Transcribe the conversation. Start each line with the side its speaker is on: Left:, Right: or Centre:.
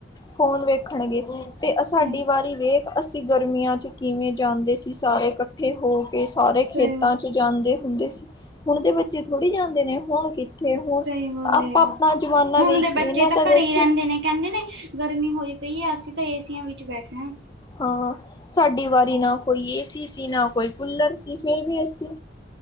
Left: ਫੋਨ ਵੇਖਣਗੇ, ਤੇ ਸਾ ਸਾਡੀ
Right: ਸਹੀ
Left: ਵਾਰੀ ਵੇਖ ਅਸੀਂ ਗਰਮੀਆਂ 'ਚ ਕਿਵੇਂ ਜਾਂਦੇ ਸੀ, ਸਾਰੇ ਇਕੱਠੇ ਹੋਕੇ, ਸਾਰੇ
Right: ਸਹੀ
Left: ਖੇਤ ਚ ਜਾਂਦੇ ਹੁੰਦੇ ਸੀ, ਹੁਣ ਦੇ ਬੱਚੇ ਥੋੜੀ ਜਾਂਦੇ ਨੇ, ਹੁਣ ਕਿ ਹੁਣ,
Right: ਸਹੀ ਬੋਲੇ
Left: ਆਪਾ-ਆਪਣਾ
Right: ਯਾਰ।
Left: ਜਵਾਨਾ
Right: ਹੁਣ
Left: ਵੇਖੀਏ
Right: ਦੇ ਬੱਚੇ
Left: ਨਾਂ,
Right: ਤਾਂ
Left: ਦਾ
Right: ਘਰੇ
Left: ਵੇਖੀ
Right: ਹੀ ਰਹਿੰਦੇ ਨੇ ਕਹਿੰਦੇ ਨੇ, ਗਰਮੀ ਹੋਈ ਪਈ ਐ, ਅਸੀਂ ਤਾਂ ਏਸੀਆਂ ਵਿੱਚ ਬੈਠਣਾ।
Left: ਹਾਂ, ਸਾਡੀ ਵਾਰੀ ਨਾ ਕੋਈ ਏਸੀ ਸੀ, ਨਾ ਕੋਈ ਕੂੱਲਰ ਸੀ, ਫਿਰ ਵੀ ਅਸੀ